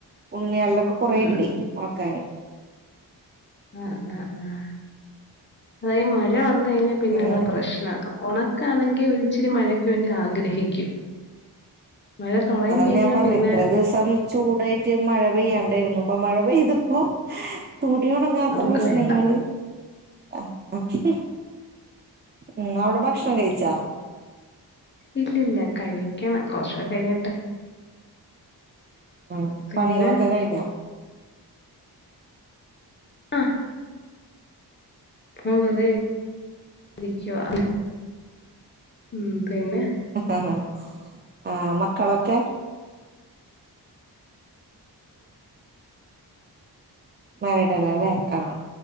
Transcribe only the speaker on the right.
ഉണ്ണിക്കളുടെയൊക്കെ കുറെയുണ്ടേ
ഉണക്കൻ
അങ്ങനെ
അതാണ്
ഞാൻ പറഞ്ഞ
ഇത്ര ദിവസം ചൂടായിട്ട് മഴ പെയ്യാണ്ടായിരുന്നു അപ്പ മഴ പെയ്തപ്പോ തുണി ഉണങ്ങാത്ത
പ്രശ്നങ്ങള്
ഉ ഓക്കേ ഇന്ന് അവിടെ നി ഭക്ഷണം കഴിച്ചാ?
ഉം
പണികളൊക്കെ കഴിഞ്ഞാ?
ആഹ് ആ ആഹ് മക്കളൊക്കെ? മരടലല്ലേ ആഹ